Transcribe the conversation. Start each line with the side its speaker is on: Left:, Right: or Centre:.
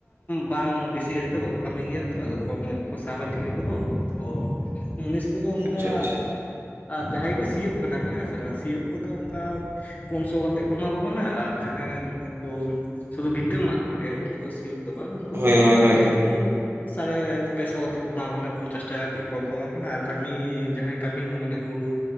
Left: ᱵᱟᱝ ᱵᱮᱥᱤ ᱜᱷᱟᱹᱲᱤᱡ ᱫᱚ ᱵᱟᱠᱚ ᱠᱟᱹᱢᱤ ᱜᱮᱭᱟ ᱛᱚ ᱟᱫᱚ ᱠᱚᱢ ᱧᱚᱜ ᱜᱮᱠᱚ ᱥᱟᱵᱟ ᱴᱷᱤᱠᱟ ᱠᱚᱫᱚ ᱛᱚ ᱢᱩᱱᱤᱥ ᱩᱱᱠᱩ ᱫᱚ
Right: ᱟᱪᱪᱷᱟ
Left: ᱚᱱᱠᱟ
Right: ᱟᱪᱪᱷᱟ
Left: ᱡᱟᱦᱟᱸᱭ ᱠᱚ ᱥᱤᱭᱳᱜ ᱠᱟᱱᱟ ᱠᱚ ᱦᱮᱸ ᱥᱮ ᱵᱟᱝ ᱥᱤᱭᱳᱜ ᱠᱚᱫᱚ ᱚᱱᱠᱟ ᱯᱩᱱ ᱥᱚ ᱠᱟᱛᱮᱫ ᱠᱚ ᱮᱢᱟ ᱠᱚ ᱠᱟᱱᱟ ᱟᱨ ᱡᱟᱦᱟᱸᱭ ᱩᱱᱠᱩ ᱥᱩᱫᱷᱩ ᱵᱷᱤᱛᱟᱹ ᱢᱟᱜ ᱜᱮ ᱩᱱᱠᱩ ᱫᱚ ᱥᱤᱭᱳᱜ ᱫᱚ ᱵᱟᱝ ᱩᱱᱠᱩ
Right: ᱦᱳᱭ
Left: ᱫᱚ
Right: ᱦᱳᱭ
Left: ᱚᱱᱠᱟ
Right: ᱦᱳᱭ
Left: ᱩᱱᱠᱩ ᱥᱟᱲᱮ ᱯᱮᱥᱚ ᱠᱟᱛᱮᱫ ᱠᱚ ᱮᱢᱟ ᱠᱚ ᱠᱟᱱᱟ ᱯᱚᱧᱪᱟᱥ ᱴᱟᱠᱟ ᱠᱟ ᱠᱚᱢ ᱠᱚ ᱮᱢᱟ ᱠᱚ ᱠᱟᱱᱟ ᱟᱨ ᱠᱟᱹᱢᱤ ᱡᱟᱦᱟᱸᱭ ᱠᱟᱹᱢᱤ ᱫᱚ ᱢᱟᱱᱮ ᱦᱳᱲᱩ